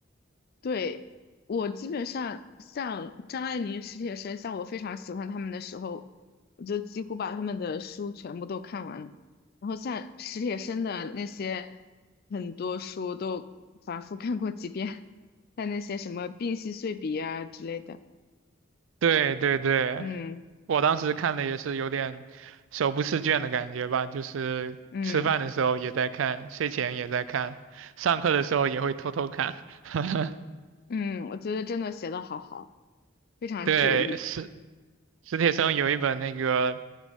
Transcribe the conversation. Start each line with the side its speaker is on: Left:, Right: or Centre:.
Left: 对，我基本上像张爱玲、史铁生，像我非常喜欢他们的时候，我就几乎把他们的书全部都看完了。然后像史铁生的那些很多书都反复看过几遍，像那些什么《病隙碎笔》啊之类的，
Right: 对对对，
Left: 嗯
Right: 我当时看的也是有点手不释卷的感觉吧，就是吃饭的时候也在看，
Left: 嗯
Right: 睡前也在看，上课的时候也会偷偷看。<laughs>
Left: 嗯，我觉得真的写的好好。非常治愈
Right: 对，史史铁生有一本那个